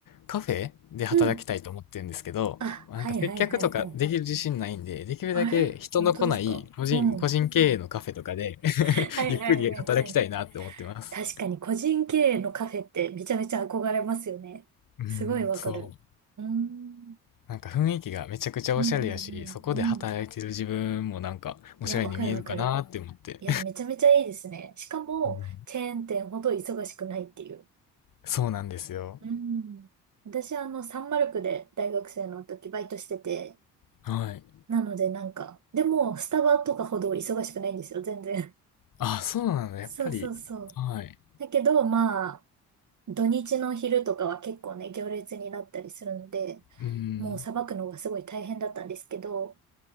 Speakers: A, on the left; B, on the right.
A: カフェで働きたいと思ってるんですけど、
B: うん。あ、
A: なんか接客とかできる自信ないんで、
B: はいはいはいはい。
A: できるだけ人の来ない個人、
B: あれ本当ですかうん。
A: 個人経営のカフェとかで
B: <laughs>
A: <laughs>
B: はいはいはいはい。
A: ゆっくり働きたいなって思ってます。
B: 確かに個人経営のカフェってめちゃめちゃ憧れますよね。
A: うん、
B: すごいわかる。
A: そう。
B: うーん。
A: なんか雰囲気がめちゃくちゃおしゃれやし、
B: うんうんうんうん。
A: そこで働いてる自分もなんかおしゃれに見えるかなって思って。
B: いや、わかるわかる。いや、めちゃめちゃいいですね。しかも、
A: うん
B: チェーン店ほど忙しくないっていう。
A: そうなんですよ。
B: うん。私、あの、サンマルクで大学生の時バイトしてて、
A: はい。
B: なのでなんか、でも、スタバとかほど忙しくないんですよ、全然。
A: あ、そうなんだ、
B: そうそうそう。
A: やっぱり。はい。
B: だけど、まあ、土日の昼とかは結構ね、行列になったりするので、
A: うん。
B: もうさばくのがすごい大変だったんですけど、